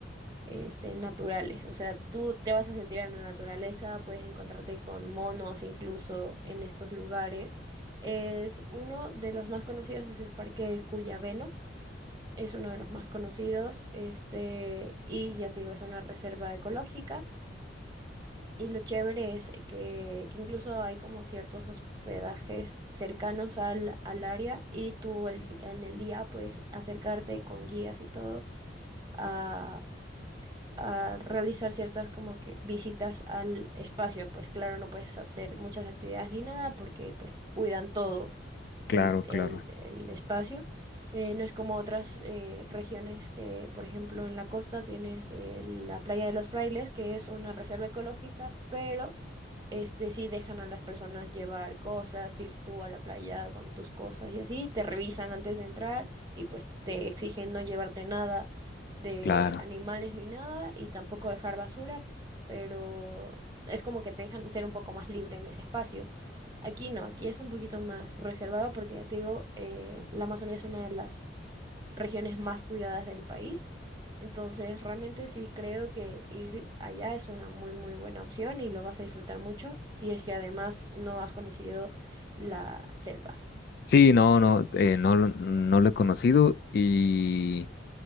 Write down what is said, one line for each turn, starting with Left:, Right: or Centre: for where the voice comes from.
Right: este, naturales. O sea, tú te vas a sentir en la naturaleza, puedes encontrarte con monos incluso en estos lugares. Es uno de los más conocidos es el Parque del Cuyabeno es uno de los más conocidos, este, y ya te digo, es una reserva ecológica. Y lo chévere es que, que incluso hay como ciertos hospedajes cercanos al, al área y tú el di- en el día puedes acercarte con guías y todo a, a realizar ciertas como que visitas al espacio. Pues claro, no puedes hacer muchas actividades ni nada porque pues cuidan todo
Left: Claro,
Right: el, el-
Left: claro,
Right: el espacio. Eh, no es como otras eh, regiones que, por ejemplo, en la costa tienes eh, la Playa de los Frailes, que es una reserva ecológica, pero este sí dejan a las personas llevar cosas, ir tú a la playa con tus cosas y así, te revisan antes de entrar y pues te exigen no llevarte nada de
Left: claro.
Right: animales ni nada y tampoco dejar basura, pero es como que te dejan ser un poco más libre en ese espacio. Aquí no, aquí es un poquito más reservado porque ya te digo, eh, la Amazonía es una de las regiones más cuidadas del país. Entonces, realmente sí creo que ir allá es una muy, muy buena opción y lo vas a disfrutar mucho si es que además no has conocido la selva.
Left: Sí, no, no, eh, no, lo- no lo he conocido y,